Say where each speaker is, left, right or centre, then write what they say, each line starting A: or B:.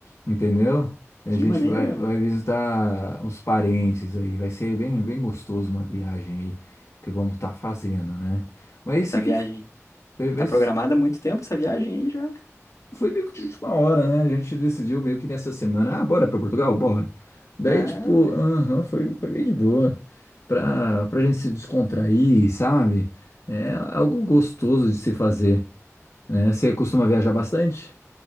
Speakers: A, on the left (about 65°); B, on the left (about 80°).
A: entendeu? A
B: Que
A: gente
B: maneiro!
A: vai, vai visitar os parentes aí, vai ser bem, bem gostoso uma viagem aí que vamos estar fazendo, né? Mas
B: Essa
A: esse
B: viagem.
A: que foi, mas
B: Tá programada há muito tempo essa viagem aí já?
A: foi meio que de última hora, né? A gente decidiu meio que nessa semana, ah, bora para Portugal, bora. Daí,
B: Ah,
A: tipo, aham, foi, foi bem de boa. Pra, pra gente se descontrair, sabe? É algo gostoso de se fazer, né? Você costuma viajar bastante?